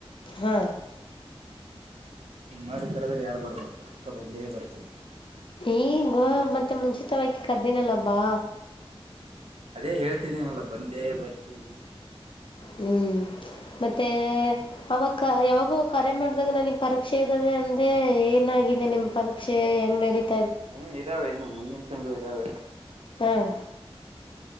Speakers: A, on the left; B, on the right.
A: ಹಾ
B: ಎಂಗ್ ಮಾಡ್ ಕರದ್ರ ಯಾರು ಬರ್ಲ್ಲ ಪಕ್ಕ ಬಂದೇ ಬತ್ರ
A: ಈಗ ಮತ್ತೆ ಮುಂಚಿತವಾಗಿಕ ಕರ್ದನಲ್ಲ ಬ್ಬಾ
B: ಅದೇ ಹೇಳ್ತಿದ್ದಿ ಬಂದೇ ಬರ್ತೀನಿ
A: ಹ್ಮ್ ಮತ್ತೆ ಅವಾಗ ಯಾವಾಗೂ ಕರೆ ಮಾಡ್ದಾಗ ನನಗ್ ಪರೀಕ್ಷೆ ಇದ್ದಾವೆ ಅಂದೆ ಏನ <unintelligible> ಗಿದೆ ನಿಮ್ ಪರೀಕ್ಷೆ ಹೆಂಗ್ ನ <unintelligible>
B: ಹ್ಮ್ ಇದಾವೆ ಇನ್ನು ಮುಂದಿನ ತಿಂಗಳು ಇದ್ದಾವೆ
A: ಹಾ <unintelligible>